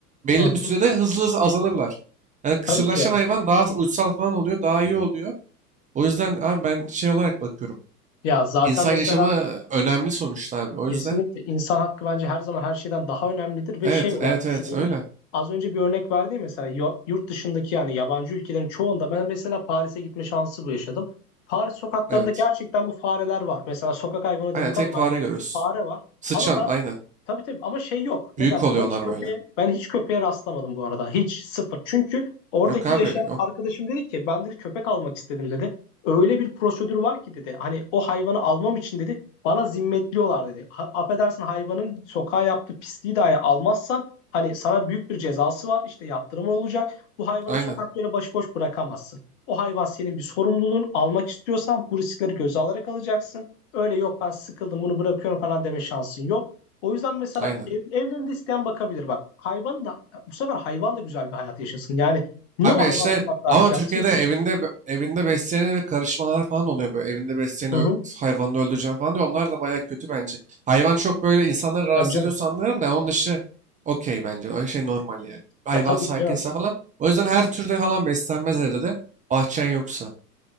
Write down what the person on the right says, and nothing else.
Belli
bir sürede hızlı hızlı azalırlar. Yani kısırlaşan
hayvan daha uysal falan oluyor, daha iyi oluyor. O yüzden abi ben şey olarak bakıyorum.
İnsan
yaşamı e, önemli sonuçta abi. O yüzden
evet,
evet,
evet öyle.
Evet.
Aynen
tek
fare
görüyorsun.
Sıçan
aynen.
Büyük
oluyor
onlar
böyle.
Yok abi
yok.
Aynen.
Aynen.
Abi
işte
ama
Türkiye'de
evinde evinde besleyene bir karışmalar falan oluyor böyle. Evinde besleyene
ö- hayvanını öldüreceğim falan diyor. Onlar da bayağı kötü bence. Hayvan çok böyle insanları rahatsız
ediyorsa anlarım da onun dışı okey bence. Öyle şey normal yani. Hayvan
sakinse
falan. O yüzden her türde falan beslenmez evde de. Bahçen yoksa.